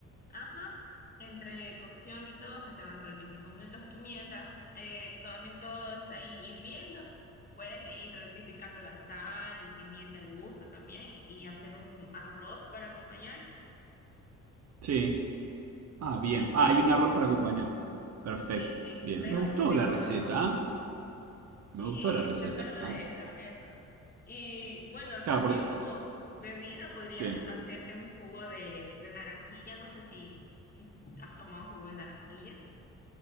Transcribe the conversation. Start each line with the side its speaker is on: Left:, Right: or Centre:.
Left: Ajá, entre cocción y todo se te van 35 minutos. Mientras eh, también todo está ahí hirviendo, puedes ir rectificando la sal y pimienta al gusto también y hacer un arroz para acompañar.
Right: Sí. Ah, bien.
Left: Sí,
Right: Ah,
Left: sí,
Right: hay un arroz para acompañar. Perfecto.
Left: sí, sí,
Right: Bien.
Left: pega
Right: Me gustó
Left: muy bien
Right: la
Left: con
Right: receta.
Left: arroz.
Right: ¿ah? Me
Left: Sí,
Right: gustó la receta.
Left: te salva
Right: ¿ah?
Left: de, de aprietos. Y bueno,
Right: Claro,
Left: también
Right: porque...
Left: como bebida podrías
Right: Sí.
Left: hacerte un jugo de, de naranjilla. No sé si, si has tomado jugo de naranjilla.